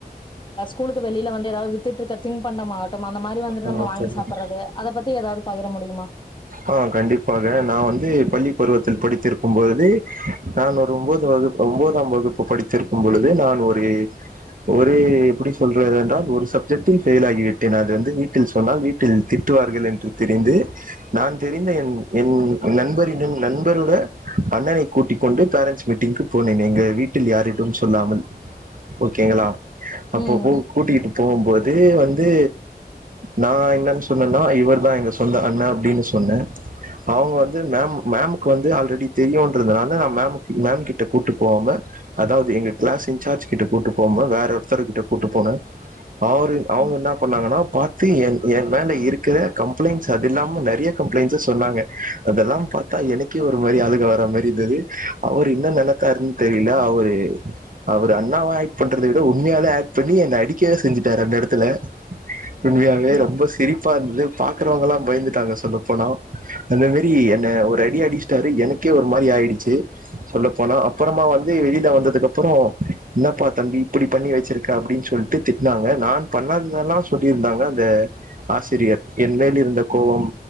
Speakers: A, on the left; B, on the right.
A: கூலு வெியில வந்துது வித்துட்டுக்க தின் பண்ட மா கட்டும் அந்த மாதிரி வந்துட்டு
B: ஆ
A: நம்ம வாங்கி
B: தோழர்
A: சாப்பிடுறது அத பத்தி ஏதாவது பகிர முடியுமா
B: ஆ கண்டிப்பாக நா வந்து பள்ளி பருவத்தில் படித்திருக்கும்பழுது நா ஒரு ஒன்பது வகுப்பு ஒன்பதாம் வகுப்பு படித்திருக்கும் பொழுது நான் ஒரு ஒரு எப்படி சொல்றென்றால் ஒரு சப்ஜெக்ட்டில் பெபயில் ஆகி விட்டேன் அது வந்து வீட்டில் சொன்னால் வீட்டில் திட்டுவார்கள் என்று தெரிந்து நான் தெரிந்த என் என் நண்பரின் நண்பரோட அண்ணனை கூட்டிக்கொண்டு பேரண்டட்ஸ் மீட்டிங்க்குக்கு போனேன் எங்கள் வீட்டில் யாரிட சொல்லாமல் ஓகேங்களா அப்போ
A: ம்
B: கூட்டிட்டு போகும்போது வந்து நா என்னன்னு சொன்னேன்னா இவவர் தா எங்க சொந்த அண்ணன் அப்படின்னு சொ ன்ன அவங்க வந்து மேம் மேமுக்கு வந்து ஆல்ரெடி தெரியும்ன்றதுனால நா மம் கிட்ட கூட்டு போவாம அதாவது எங்க கிளாஸ் இன்சார்ஜ் கிட்ட கூட்டு போாம வேற ஒருத்தர்க கிட்ட கூட்டு போனே அவரு அவங்க
A: ம்
B: என்ன பண்ணாங்கன்னா பார்த்து என் என் மேல இருக்கிற கம்ப்ளைண்ட்ஸ் அது இல்லாமல் நிறைய கம்பிளாயிண்ட்ஸ் சா சொன்னாங்க அதெல்லா பார்த்தா எனக்கே ஒரு மாதிரி அழகா வர் மாதிரி இருந்தது அவர் என்ன்ன நினைத்தாருன்னு தெரியல அவரு அவர் அண்ணாவா ஆக்ட் பண்றத விட உண்மையாலே ஆக்ட் பண்ணி என்னை அடிக்கவே செஞ்சுட்டாரு அந்த இடத்துல உண்மையாவே
A: ம்
B: ரொம்ப சிரிப்பா இருந்தது பாக்குறவங்கல்லாம் பயந்துட்டங்க சொல்ல போனா அந்த மாரி என்ன ஒரு அடி அடிச்ச்டாரு எனக்கே ஒரு மாதிரி ஆயிடுச்சு சொல்ல போனா அப்புறமா வந்து வெளியில வந்ததுக்கு அப்புறம் என்னப்பா தம்பி இப்படி பண்ணி வச்சிருக்க அப்படின்னு சொல்லிட்டு திட்டனாங்க நா பண்ணாதனல்லா சொல்லிருந்தாங்க அந்த ஆசிரியர் என் மேல் இருந்த
A: ம்
B: கோவம்